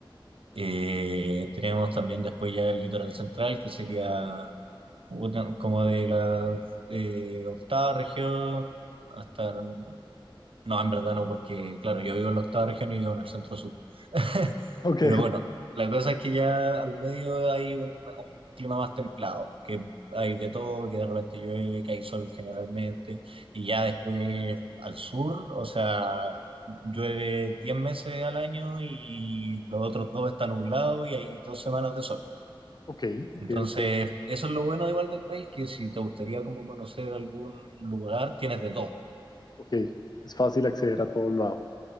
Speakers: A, on the right (about 80°); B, on the left (about 50°).
A: Eh, tenemos también después ya el litoral central, que sería una- como de la eh, octava región hasta... No, en verdad no, porque claro, yo vivo en la octava región y vivo en el centro sur. <laughs>
B: ok,
A: Pero bueno, la cosa es que ya al medio hay un, un clima más templado, que hay de todo, que de repente llueve, que hay sol generalmente, y ya después al sur, o sea llueve 10 meses al año y los otros dos están nublados y hay dos semanas de sol.
B: ok, ok,
A: Entonces,
B: ok, ok,
A: eso es lo bueno igual del país, que si te gustaría como conocer algún lugar, tienes de todo.
B: ok. Es fácil acceder a todo lo lado.